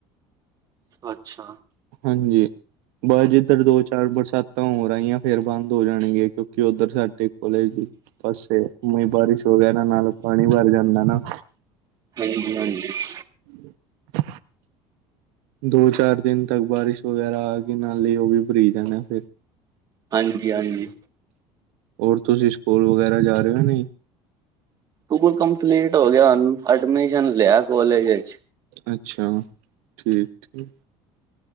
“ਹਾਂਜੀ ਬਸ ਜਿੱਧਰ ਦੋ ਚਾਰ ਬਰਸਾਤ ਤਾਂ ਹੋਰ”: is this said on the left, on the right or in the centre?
Right